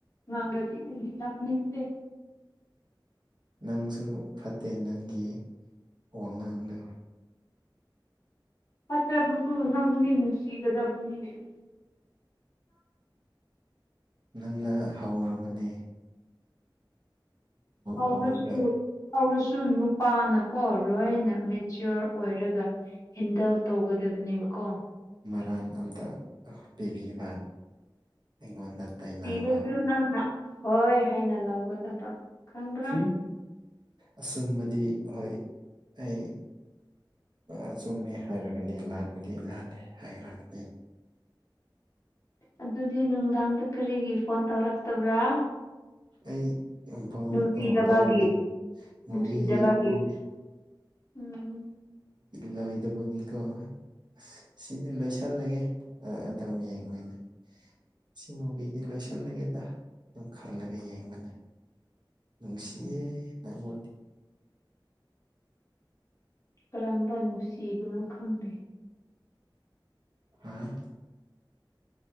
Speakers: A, on the left; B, on the right.
A: ꯥꯉꯥꯡꯒ꯭ꯔꯗꯤ ꯑꯩ ꯂꯥꯛꯅꯤꯡꯇꯦ
B: ꯅꯪꯁꯨ ꯐꯠꯇꯦ ꯅꯪꯒꯤ ꯋꯥꯉꯥꯡꯗꯣ
A: ꯐꯠꯇ꯭ꯔꯕꯁꯨ ꯅꯪꯗꯤ ꯅꯨꯡꯁꯤꯒꯗꯕꯅꯤꯅꯦ <inaudible>
B: ꯅꯪꯅ ꯍꯧꯔꯕꯅꯤ
A: ꯍꯧꯔꯁꯨ
B: ꯍꯧꯔꯒ
A: ꯍꯧꯔꯁꯨ ꯁꯨ ꯅꯨꯄꯥꯅꯀꯣ ꯂꯣꯏꯅ ꯃꯦꯆꯤꯌꯣꯔ ꯑꯣꯏꯔꯒ ꯍꯦꯟꯗꯜ ꯇꯧꯒꯗꯕꯅꯦꯕꯀꯣ
B: ꯔꯥꯟ ꯑꯝꯇ ꯄꯤꯕꯤꯕ ꯑꯩꯉꯣꯟꯗ ꯇꯥꯏꯅꯕ
A: ꯁꯤꯔꯁꯨ ꯅꯪꯅ ꯍꯣꯏ ꯍꯥꯏꯅ ꯂꯧꯒꯗꯕ ꯈꯪꯕ꯭ꯔꯥ
B: ꯝ ꯑꯁꯨꯝꯕꯗꯤ ꯍꯣꯏ ꯑꯩ ꯑꯆꯨꯝꯃꯦ ꯍꯥꯏꯔꯒꯅꯤ ꯂꯥꯟꯕꯗꯤ ꯂꯥꯂ ꯍꯥꯏꯈꯔꯒꯅꯤ
A: ꯑꯗꯨꯗꯤ ꯅꯨꯡꯗꯥꯡꯗ ꯀꯔꯤꯒꯤ ꯐꯣꯟ ꯇꯧꯔꯛꯇꯕ꯭ꯔꯥ
B: ꯑꯩ ꯕꯣꯜ
A: ꯅꯨꯡꯁꯤꯗꯕꯒꯤ
B: ꯕꯣꯜꯅꯦ ꯃꯨꯚꯤ
A: ꯅꯨꯡꯁꯤꯗꯕꯒꯤ
B: ꯌꯦꯡꯕꯒꯤꯅꯦ
A: ꯎꯝ
B: ꯂꯣꯏꯗꯧꯕꯒꯤꯀꯍꯣꯏ ꯑ ꯁꯤꯗꯤ ꯂꯣꯏꯁꯜꯂꯒꯦ ꯑꯗꯨꯝ ꯌꯦꯡꯕꯅꯦ ꯁꯤ ꯃꯨꯕꯤꯒꯤ ꯂꯣꯏꯁꯤꯜꯂꯒꯦꯗ ꯑꯗꯨꯝ ꯈꯜꯂꯒ ꯌꯦꯡꯕꯅꯦ ꯅꯨꯡꯁꯤꯦ ꯅ ꯊ
A: ꯀꯔꯝꯝꯕ ꯅꯨꯡ ꯁꯤꯕꯅꯣ ꯈꯪꯗꯦ
B: ꯑꯝ